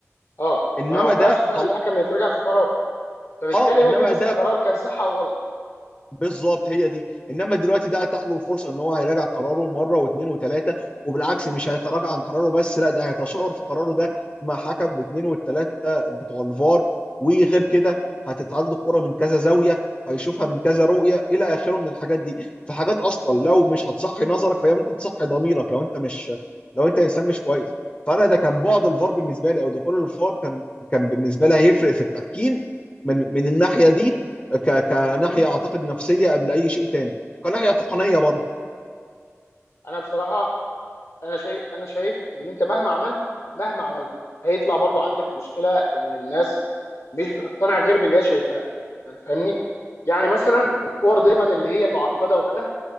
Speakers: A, on the left; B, on the left.
A: اه
B: انما
A: ما ينفعش
B: ده
A: فعلا
B: خلاص
A: الحكم يتراجع في قرار فبالتالي
B: اه انما
A: هو بيلبس
B: ده
A: القرار كان صح او غلط
B: بالظبط هي دي انما دلوقتي ده اتاح له فرصه ان هو هيراجع قراره مره واثنين وثلاثه وبالعكس مش هيتراجع عن قراره بس لا ده هيتشاور في قراره ده مع حكم واثنين والثلاثه بتوع الفار وغير كده هتتعاد له الكره من كذا زاويه هيشوفها من كذا رؤيه الى اخره من الحاجات دي فحاجات اصلا لو مش هتصحي نظرك فهي ممكن تصحي ضميرك لو انت مش لو انت انسان مش كويس فانا ده كان بعد الفار بالنسبه لي او دخول الفار كان كان بالنسبه لي هيفرق في التحكيم من من الناحيه دي ك... كناحيه اعتقد نفسيه قبل اي شيء تاني كناحيه تقنيه برضه
A: انا بصراحه انا شايف انا شايف ان انت مهما عملت مهما عملت هيطلع برضو عندك مشكله ان الناس مش بتقتنع غير باللي هي شايفاه يعني فاهمني يعني مثلا الكور دايما اللي هي المعقده وكده